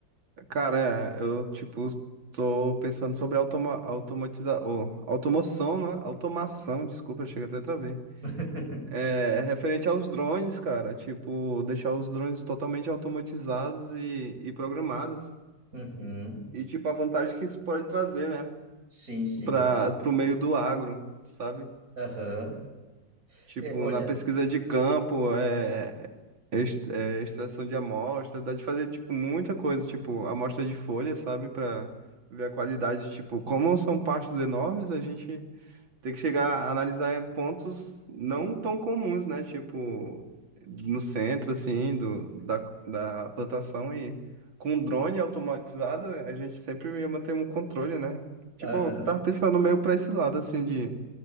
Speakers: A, on the right; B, on the right.
A: cara, é, eu, tipo, tô pensando sobre automa automatiza ô, automoção, né? Automação, desculpa, chega até travei.
B: <laughs>
A: É, referente aos drones, cara, tipo, deixar os drones totalmente automatizados e, e programados.
B: Uhum.
A: E, tipo, a vantagem que isso pode trazer, né?
B: Sim, sim.
A: para o meio do agro, sabe?
B: Aham.
A: Tipo,
B: É, olha,
A: na pesquisa de campo, é, é ex- é, extração de amostra, dá de fazer, tipo, muita coisa, tipo, amostra de folha, sabe? Para ver a qualidade, tipo, como são pastos enormes, a gente tem que chegar a analisar pontos não tão comuns, né? Tipo, no centro, assim, do, da, da plantação e com drone automatizado, a gente sempre ia manter um controle, né? Tipo,
B: aham.
A: eu tava pensando meio pra esse lado, assim, de